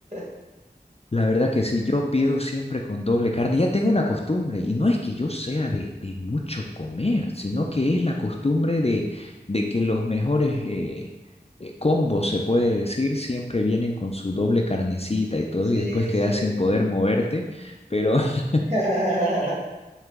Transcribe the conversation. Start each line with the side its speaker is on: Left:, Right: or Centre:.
Right: <laughs>
Left: La verdad que sí, yo pido siempre con doble carne. Ya tengo una costumbre, y no es que yo sea de, de mucho comer, sino que es la costumbre de, de que los mejores eh, eh, combos, se puede decir, siempre vienen con su doble carnecita y todo,
Right: Sí,
Left: y después
Right: es
Left: quedas
Right: cierto.
Left: sin poder moverte. Pero <laughs>
Right: <laughs>